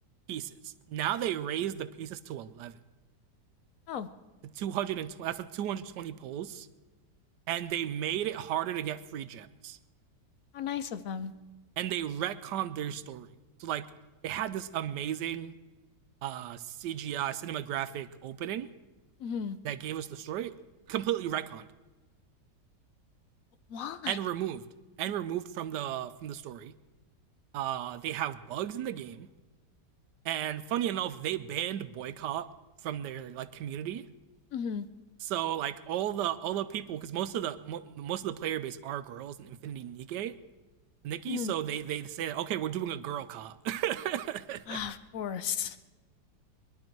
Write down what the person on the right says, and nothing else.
pieces. Now they raised the pieces to 11.
The 220 that's the 220 pulls, and they made it harder to get free gems.
And they retconned their story. So like they had this amazing uh CGI cinematographic opening
that gave us the story completely retconned.
and removed and removed from the from the story. Uh, they have bugs in the game, and funny enough, they banned boycott from their like community.
So like all the all the people, because most of the mo- most of the player base are girls in Infinity Nikki, Nikki.
So they they say okay, we're doing a girl cop. <laughs>